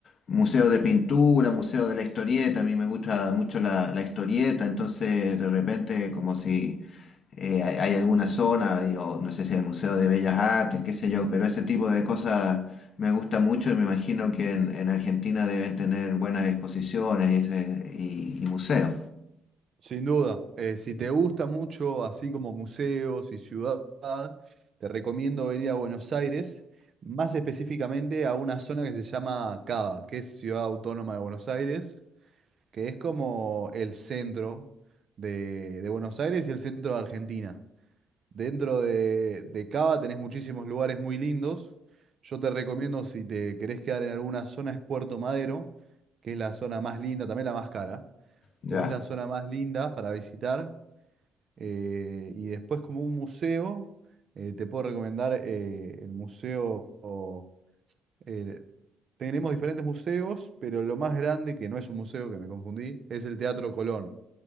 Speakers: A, on the left; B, on the right.
A: museo de pintura, museo de la historieta, a mí me gusta mucho la, la historieta, entonces de repente como si eh, hay, hay alguna zona, digo, no sé si el Museo de Bellas Artes, qué sé yo, pero ese tipo de cosas me gusta mucho y me imagino que en, en Argentina deben tener buenas exposiciones y, ese- y- y museos.
B: Sin duda, eh, si te gusta mucho, así como museos y ciudad, te recomiendo venir a Buenos Aires, más específicamente a una zona que se llama CABA, que es Ciudad Autónoma de Buenos Aires, que es como el centro de, de Buenos Aires y el centro de Argentina. Dentro de, de CABA tenés muchísimos lugares muy lindos. Yo te recomiendo, si te querés quedar en alguna zona, es Puerto Madero, que es la zona más linda, también la más cara,
A: Ya.
B: pero es la zona más linda para visitar eh, y después como un museo, eh, te puedo recomendar eh, el museo... o, eh, tenemos diferentes museos, pero lo más grande, que no es un museo, que me confundí, es el Teatro Colón.